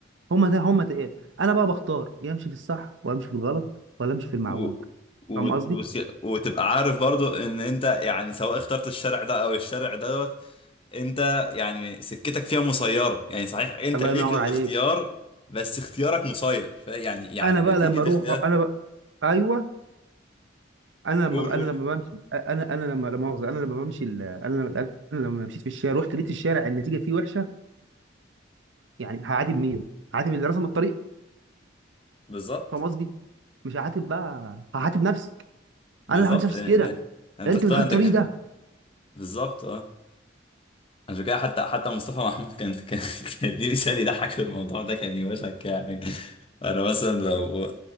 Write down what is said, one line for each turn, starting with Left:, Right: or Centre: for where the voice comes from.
Right: هما ده هما تقال انا بقى بختار يا امشي في الصح وامشي في الغلط ولا امشي في المعوج
Left: و... وت-
Right: فاهم قصدي
Left: وتبقى عارف برضو ان انت يعني سواء اخترت الشرع ده او الشرع دوت انت يعني سكتك فيها مسيرة يعني صحيح انت
Right: الله
Left: ليك
Right: ينور
Left: الاختيار
Right: عليك
Left: بس اختيارك مسير فيعني يعني يعني
Right: انا بقى
Left: نتيجة
Right: لما اروح
Left: اختيار
Right: انا بقى ايوه انا لما
Left: قول
Right: بقى
Left: قول
Right: انا لما بمشي انا انا لما لا مؤاخذه انا لما بمشي ال- انا لما انا لما مشيت في الشارع رحت لقيت الشارع النتيجه فيه وحشه يعني هعاتب مين؟ هعاتب اللي رسم الطريق
Left: بالظبط
Right: فاهم قصدي؟ مش هعاتب بقى هعاتب نفسي
Left: بالظبط
Right: انا اللي عملت نفسي
Left: اه،
Right: كده
Left: اه. انت
Right: يا ريتني
Left: اختار
Right: ما دخلت
Left: انت انت
Right: الطريق ده
Left: بالظبط اه عشان كده حتى حتى مصطفى محمود كان كان <laughs> كان دي مثال يضحك في الموضوع ده كان يوشك يعني انا
Right: مرحبا.
Left: مثلا لو